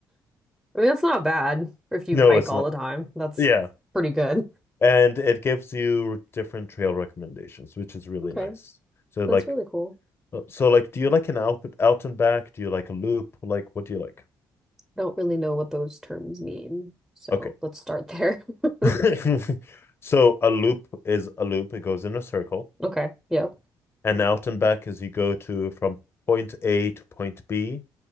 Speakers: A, in the centre; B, on the left.
A: I mean, that's not bad if you
B: No,
A: hike
B: it's
A: all
B: not.
A: the time. That's
B: Yeah.
A: pretty good.
B: And it gives you different trail recommendations, which is really
A: Okay.
B: nice. So
A: That's
B: like
A: really cool.
B: uh, so like do you like an out out and back? Do you like a loop? Like what do you like?
A: Don't really know what those terms mean. So
B: Okay.
A: let's start there. <laughs>
B: <laughs> So a loop is a loop. It goes in a circle.
A: Okay. Yep.
B: And out and back is you go to from point A to point B,